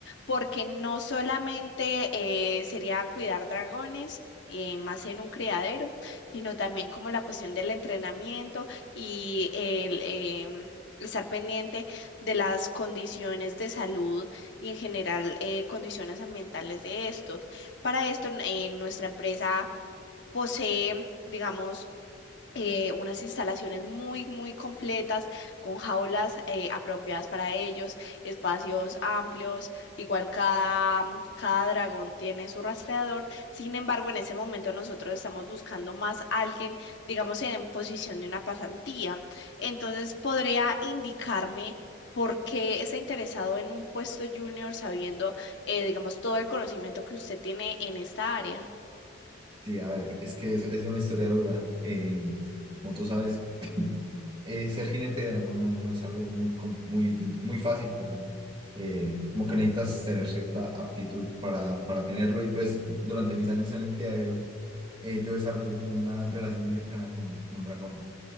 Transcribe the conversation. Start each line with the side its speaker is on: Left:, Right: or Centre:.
Left: porque no solamente eh, sería cuidar dragones, eh, más en un criadero, sino también como la cuestión del entrenamiento y el em, estar pendiente de las condiciones de salud y en general eh, condiciones ambientales de estos. Para esto, eh, nuestra empresa posee, digamos, eh, unas instalaciones muy, muy completas, con jaulas eh, apropiadas para ellos, espacios amplios, igual cada, mm, cada dragón tiene su rastreador. Sin embargo, en ese momento nosotros estamos buscando más alguien, digamos, en posición de una pasantía. Entonces, ¿podría indicarme... ¿Por qué está interesado en un puesto junior sabiendo, eh, digamos, todo el conocimiento que usted tiene en esta área?
Right: Sí, a ver, es que es, es una historia dura. Eh, como tú sabes, eh, ser jinete de dragón no, no es algo muy, com- muy, di- muy fácil, perdón. Eh, como que necesitas tener cierta aptitud para, para tenerlo y pues durante mis años en el criadero eh, yo desarrollé como una relación muy cercana con un dragón.